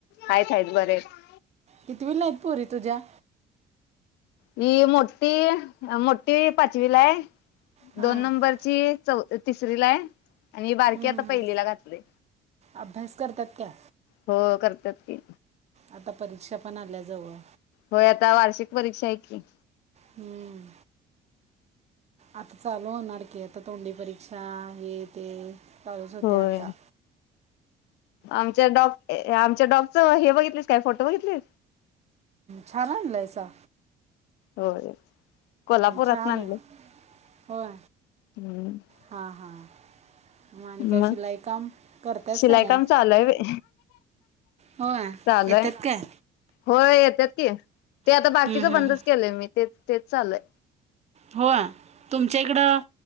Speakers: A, on the left (about 85°); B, on the right (about 40°).
A: आहेत आहेत बरे आहेत.
B: कितीवीला आहेत पोरी तुझ्या?
A: ही मोठी, मोठी पाचवीला आहे.
B: हां
A: दोन
B: हं,
A: नंबर ती चौ तिसरीला हाय. आणि बारकी
B: हं,
A: आता पहिलीला
B: हं.
A: घातलोय.
B: अभ्यास करतात काय
A: होय करतात की.
B: आता परीक्षा पण आल्याजवळ.
A: होय आता वार्षिक परीक्षा आहे की.
B: हम्म. आता चालू होणार की, आता तोंडी परीक्षा हे ते. चालूच होते
A: होय
B: आता.
A: आमच्या डॉग आमच्या डॉगच हे बघितलेस काय फोटो बघितली?
B: छान आनलंयसा.
A: हो कोल्हापुरातन
B: छान
A: आनलय.
B: आहे होय.
A: हम्म
B: हां हां. म आणि काय
A: मग
B: शिलाई काम करतेस
A: शिलाई
B: का नाही?
A: काम चालूय व्हय
B: होय.
A: चालूय
B: येतात काय?
A: होय येतात की, ते आता
B: हम्म,
A: बाकीच
B: हम्म,
A: बंदच
B: हम्म.
A: केलंय मी ते तेच चालय.
B: होय. तुमच्या इकडं